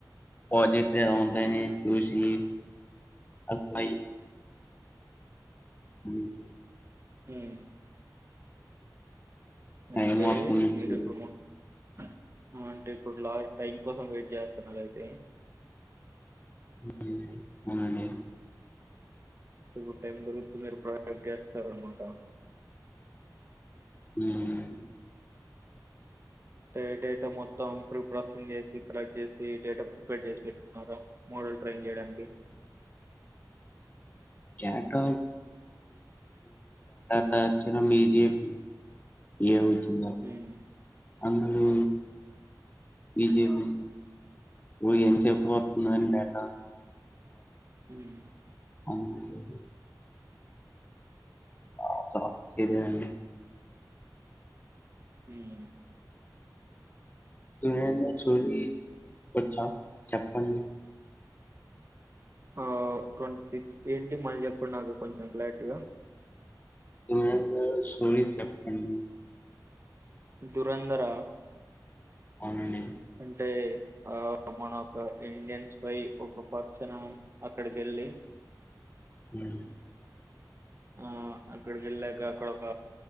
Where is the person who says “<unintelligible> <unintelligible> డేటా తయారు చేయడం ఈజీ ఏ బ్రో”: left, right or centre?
Left